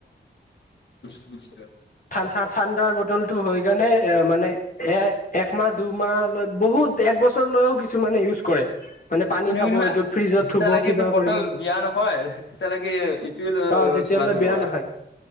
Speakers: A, on the left (about 70°); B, on the left (about 45°).
A: বুজিছ?
B: ঠাণ ঠা ঠা ঠাণ্ডাৰ বত তলটো হৈ কাণে এ মানে এ একমাহ দুমাহ লৈ বহুত তে এক বছৰ লৈও কিছু মানে ইউজ কৰে। মানে পানী
A: কোনে
B: খাব
A: কোনোবা
B: এইটোত ফ্ৰিজত
A: যেতিয়ালৈকে
B: থব কিবা
A: এইটো বটল
B: কৰিব।
A: বিয়া নহয় তেতিয়ালৈকে ইটোৱে
B: অ যেতিয়ালৈ
A: চলাই থাকিব
B: বেয়া
A: আৰু
B: নহয়